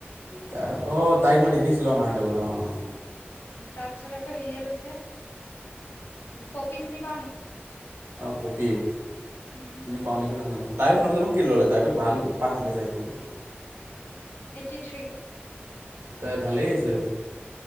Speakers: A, on the right; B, on the left.
A: তাই অঁ তাইক মই দেখিছিলোঁ আমাৰ টেবত অঁ অঁ
B: তাৰপিছত আকৌ হেৰিয়ে লৈছে পপি চিনি পাওঁ নেকি
A: পপি <unintelligible>
B: উম
A: বাওঁ নেকি নাজান তাইয়ো মাতিব কি ল'লে তাইতো ভাল পাৰ্চেন্টেজ আহিছিলে
B: এইটি থ্ৰী
A: তাই ভালেই আহিছিলে